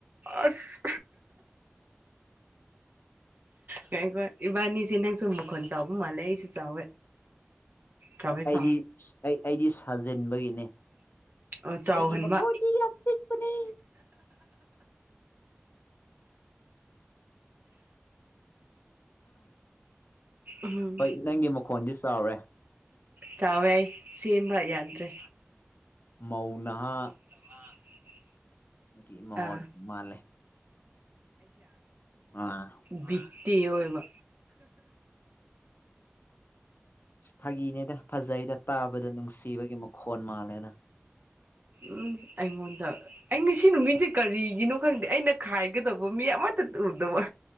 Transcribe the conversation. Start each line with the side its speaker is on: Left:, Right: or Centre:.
Right: ꯑꯁ ꯀꯀꯣ ꯏꯕꯥꯅꯤꯁꯦ ꯅꯪꯁꯨꯨꯝ ꯃꯈ ꯈꯣꯟ ꯆꯥꯎꯕ ꯃꯥꯜꯂꯦ ꯑꯩꯁꯨ ꯆꯥꯎꯋꯦ꯫ ꯆꯥꯎꯋꯦꯀꯣ
Left: ꯑꯩꯗꯤ ꯑꯩꯗꯤ ꯁꯥꯖꯤꯟꯕꯒꯤꯅꯦ
Right: ꯑꯣ ꯆꯥꯎꯍꯟꯕ
Left: ꯑꯩꯒꯤ ꯃꯈꯣꯗꯤ ꯌꯥꯝ ꯄꯤꯛ ꯅꯦ꯫
Right: ꯎꯝ
Left: ꯍꯣꯏ ꯅꯪꯒꯤ ꯃꯈꯣꯟꯗꯤ ꯆꯥꯎꯔꯦ꯫
Right: ꯆꯥꯎꯋꯦ ꯑꯩ ꯁꯦꯝꯕ ꯌꯥꯗ꯭ꯔꯦ꯫
Left: ꯍꯥꯎ ꯅꯍꯥ
Right: <inaudible>
Left: ꯒꯤ ꯃꯍꯣꯣꯟ
Right: ꯑꯥ
Left: ꯃꯥꯜꯂꯦ ꯑꯥ
Right: ꯚꯠꯇꯤ ꯑꯣꯏꯕ
Left: ꯐꯒꯤꯅꯦꯗ ꯐꯖꯖꯩ ꯗ ꯇꯥꯕꯗ ꯅꯨꯡꯁꯤꯕꯒꯤ ꯃꯈꯣꯟ ꯃꯥꯜꯂꯦꯅ꯫
Right: ꯎꯝ ꯑꯩꯉꯣꯟꯗ ꯑꯩ ꯉꯁꯤ ꯅꯨꯃꯤꯠꯁꯦ ꯀꯔꯤꯒꯤꯅꯣ ꯈꯪꯗꯦ ꯑꯩꯅ ꯈꯥꯏꯒꯗꯕ ꯃꯤ ꯑꯃꯠꯇ ꯎꯔꯨꯗꯕ